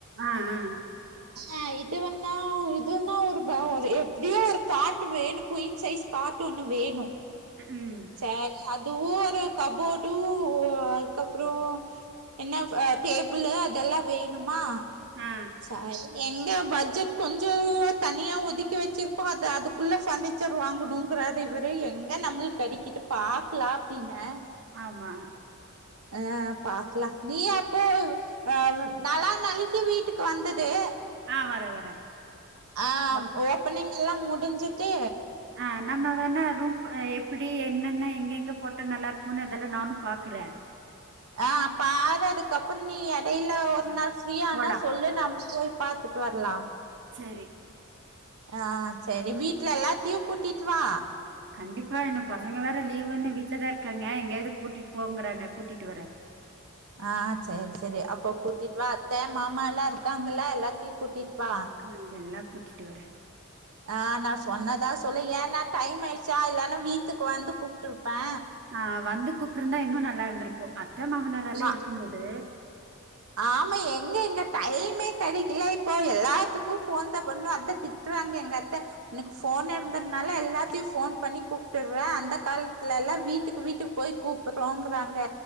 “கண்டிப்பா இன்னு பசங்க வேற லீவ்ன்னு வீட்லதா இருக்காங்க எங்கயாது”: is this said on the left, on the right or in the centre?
Right